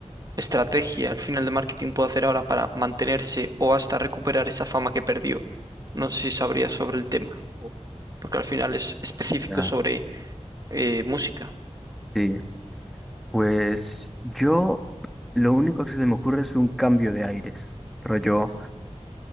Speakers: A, on the right (about 30°); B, in the centre.
A: estrategia al final de marketing puede hacer ahora para mantenerse o hasta recuperar esa fama que perdió? No sé si sabrías sobre el tema, o- porque al final es específico
B: Ah,
A: sobre Eh, música.
B: sí, Pues yo lo único que se me ocurre es un cambio de aires. Rollo,